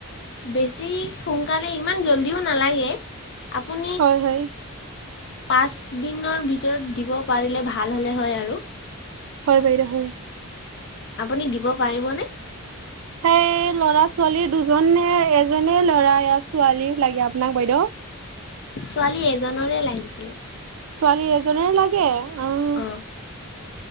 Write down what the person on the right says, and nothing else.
হয়, হয়,
হয় বাইদেউ হয়।
সেই ল'ৰা ছোৱালীৰ দুজন নে এজনে ল'ৰা য়া ছোৱালী লাগে আপোনাক বাইদেউ?
ছোৱালী এজনে লাগে, আহ।